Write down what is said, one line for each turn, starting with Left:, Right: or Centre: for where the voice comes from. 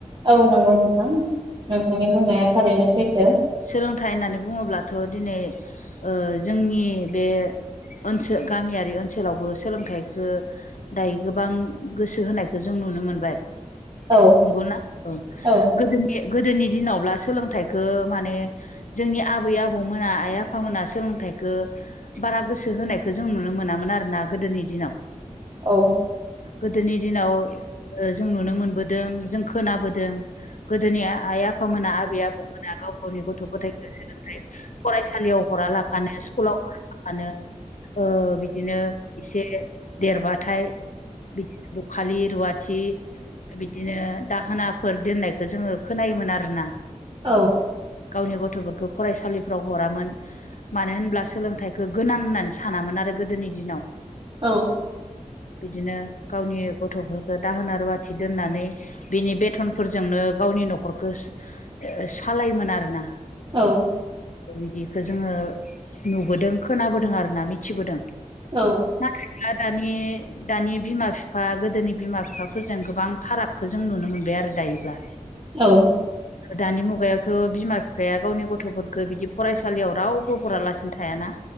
Right: औ नंगौ नोंथां नोंथांनि बुंनाया थारैनो सैथो।
Left: सोलोंथाइ होननानै बुङोब्लाथ' दिनै जोंनि बे ओनसो गामियारि ओनसोलावबो सोलोंथाइखो दायो गोबां गोसो होनायखौ जों नुनो मोनबाय।
Right: औ
Left: नंगौना ओ
Right: औ
Left: गोदोनि गोदोनि दिनावब्ला सोलोंथाइखो माने जोंनि आबै आबौमोना आइ आफामोना सोलोंथाइखो बारा गोसो होनायखौ जों नुनो मोनामोन आरोोना गोदोनि दिनाव
Right: औ
Left: गोदोनि दिनाव जों नुनो मोनबोदों जों खोनाबोदों गोदोनि आइ आफामोना आबै आबौमोन गावनि गथ' गथायखौसो ओफ्राय फरायसालियाव हरा लाफानो स्कुलाव हरा लाफानो ओ बिदिनो एसे देरबाथाय बिदि बखालि रुवाथि बिदिनो दाहोनाफोर दोननायखो जोङो खोनायोमोन आरोना।
Right: औ
Left: गावनि गथ'फोरखो फरायसालिफ्राव हरामोन। मानो होनब्ला सोलोंथाइखो गोनां होननानै सानामोन आरो गोदोनि दिनाव।
Right: औ
Left: बिदिनो गावनि गथ'फोरखो दाहोना रुवाथि दोननानै बिनि बेथनफोरजोंनो गावनि न'खरखो ओ सालायोमोन आरोना।
Right: औ
Left: बिदिखो जोङो नुबोदों खोनाबोदों आरोना मिथिबोदों।
Right: औ
Left: नाथायब्ला दानि दानि बिमा फिफा गोदोनि बिमा बिफाफोरजों गोबां फारागखो जों नुनो मोनबाय आरो दायोब्ला।
Right: औ
Left: दानि मुगायावथ' बिमा बिफाया गावनि गथ'फोरखो बिदि फरायसालियाव रावबो हरालासिनो थायाना।